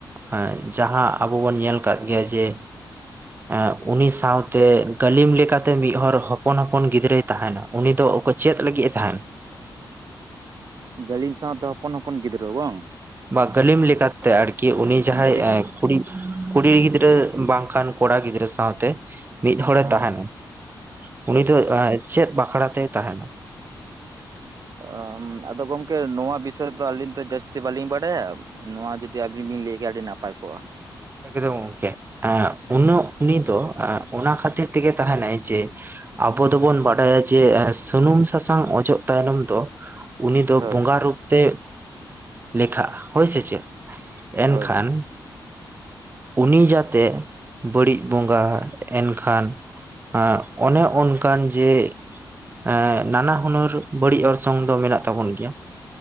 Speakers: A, on the right; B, on the right.
A: ᱟᱹ ᱡᱟᱦᱟᱸ ᱟᱵᱚ ᱵᱚᱱ ᱧᱮᱞ ᱠᱟᱜ ᱜᱮᱭᱟ ᱡᱮ ᱟᱺ ᱩᱱᱤ ᱥᱟᱶᱛᱮ ᱜᱟᱹᱞᱤᱢ ᱞᱮᱠᱟᱛᱮ ᱢᱤᱫ ᱦᱚᱨ ᱦᱚᱯᱚᱱ ᱦᱚᱯᱚᱱ ᱜᱤᱫᱽᱨᱟᱹᱭ ᱛᱟᱦᱮᱱᱟ ᱩᱱᱤ ᱫᱚ ᱚᱠᱚ ᱪᱮᱫ ᱞᱟᱹᱜᱤᱫ ᱮ ᱛᱟᱦᱮᱱ
B: ᱜᱟᱹᱞᱤᱢ ᱥᱟᱶᱛᱮ ᱦᱚᱯᱚᱱ ᱦᱚᱯᱚᱱ ᱜᱤᱫᱽᱨᱟᱹᱣ ᱵᱟᱝ
A: ᱵᱟ ᱜᱟᱹᱞᱤᱢ ᱞᱮᱠᱟᱛᱮ ᱟᱨᱠᱤ ᱩᱱᱤ ᱡᱟᱦᱟᱸᱭ
B: ᱜᱟᱹᱞᱤᱢ
A: ᱮᱸ ᱠᱩᱲᱤᱜ ᱠᱩᱲᱤ ᱜᱤᱫᱽᱨᱟᱹ ᱵᱟᱝᱠᱷᱟᱱ ᱠᱚᱲᱟ ᱜᱤᱫᱽᱨᱟᱹ ᱥᱟᱶᱛᱮ ᱢᱤᱫ ᱦᱚᱲᱮ
B: ᱦᱮᱸ
A: ᱛᱟᱦᱮᱱᱟᱭ
B: ᱦᱳᱭ
A: ᱩᱱᱤ ᱫᱚ ᱟᱺ.. ᱪᱮᱫ ᱵᱟᱠᱷᱲᱟ ᱛᱮᱭ ᱛᱟᱦᱮᱱᱟ
B: ᱟ. ᱻ ᱟᱫᱚ ᱜᱚᱝᱠᱮ ᱱᱚᱣᱟ ᱵᱤᱥᱚᱭ ᱫᱚ ᱟᱹᱞᱤᱧ ᱫᱚ ᱡᱟᱹᱥᱛᱤ ᱵᱟᱹᱞᱤᱧ ᱵᱟᱲᱟᱭᱟ ᱱᱚᱣᱟ ᱡᱩᱫᱤ ᱟᱵᱤᱱ ᱵᱤᱱ ᱞᱟᱹᱭ ᱠᱭᱟ ᱟᱹᱰᱤ ᱱᱟᱯᱟᱭ ᱠᱚᱜᱼᱟ
A: ᱮᱠᱫᱚᱢ ᱜᱚᱝᱠᱮ ᱟᱺ ᱩᱱᱟᱹᱜ ᱩᱱᱤ ᱫᱚ ᱟᱺ ᱚᱱᱟ ᱠᱷᱟᱹᱛᱤᱨ ᱛᱮᱜᱮ ᱛᱟᱸᱦᱮᱱᱟᱭ ᱡᱮ ᱟᱵᱚ ᱫᱚᱵᱚᱱ ᱵᱟᱰᱟᱭᱟ ᱡᱮ ᱥᱩᱱᱩᱢ ᱥᱟᱥᱟᱝ ᱚᱡᱚᱜ ᱛᱟᱭᱱᱚᱢ ᱫᱚ ᱩᱱᱤ ᱫᱚ
B: ᱦᱳᱭ
A: ᱵᱚᱸᱜᱟ ᱨᱩᱯ ᱛᱮᱜ ᱞᱮᱠᱷᱟᱜᱼᱟ ᱦᱳᱭ ᱥᱮ ᱪᱮᱫ ᱮᱱᱠᱷᱟᱱ
B: ᱦᱳᱭ
A: ᱩᱱᱤ ᱡᱟᱛᱮ ᱵᱟᱹᱲᱤᱡ ᱵᱚᱸᱜᱟ ᱮᱱᱠᱷᱟᱱ ᱟᱺ ᱚᱱᱮ ᱚᱱᱠᱟᱱ ᱡᱮ ᱮᱸ ᱱᱟᱱᱟ ᱦᱩᱱᱟᱹᱨ ᱵᱟᱹᱲᱤᱡ ᱚᱨᱥᱚᱝ ᱫᱚ ᱢᱮᱱᱟᱜ ᱛᱟᱵᱚᱱ ᱜᱮᱭᱟ